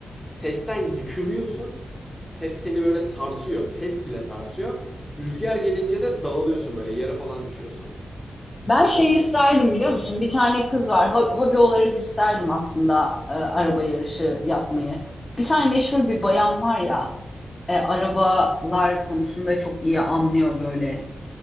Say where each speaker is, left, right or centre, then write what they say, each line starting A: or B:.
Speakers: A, in the centre; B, on the left (about 20°).
A: Sesten yıkılıyorsun. Ses seni böyle sarsıyor. Ses bile sarsıyor. Rüzgar gelince de dağılıyorsun böyle yere falan düşüyorsun.
B: Ben şeyi isterdim biliyor musun? Bir tane kız var. Ho- hobi olarak isterdim aslında e, araba yarışı yapmayı. Bir tane meşhur bir bayan var ya, e, arabalar konusunda çok iyi anlıyor böyle.